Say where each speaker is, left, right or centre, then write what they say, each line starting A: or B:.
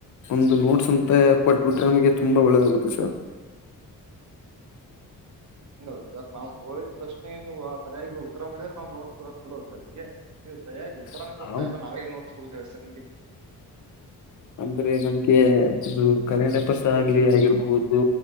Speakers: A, on the left; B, on the right.
A: ಒಂದು ನೋಟ್ಸ್ ಅಂತ ಕೊಟ್ಬಿಟ್ರೆ ನಮಗೆ ತುಂಬಾ ಒಳ್ಳೆದಾಗುತ್ತೆ ಸರ್ ಅ
B: ಹಂಗ ಸರ್ ನಾವ್ ಕೋಯಿದ್ ಪ್ರಶ್ನೆ ನೀವು ಸರಿಯಾಗಿ ಉತ್ತರ ಮಾಡಿದ್ರೆ ನಾವು ನೋಡ್ಕೂಡ ಚಲೋರ್ ನಿಮ್ಗೆ ಸರಿಯಾಗಿ ಉತ್ತರಾನ
A: ಸರ್
B: ಕೊಡ್ತ ಇಲ್ಲ ನಾವು ನೋಡ್ಕ ಕೊಡ್್ಸರ್ ನಿಮಗೆ
A: ಅಂದ್ರೆ ನನ್ಗೆ ಇದು ಕನ್ನಡಪಾಸ
B: ಹೌದಿಲ್ಲ
A: ಆಗ್ಲಿ
B: ಸರ್
A: ಆಗಿರ್ಬಹುದು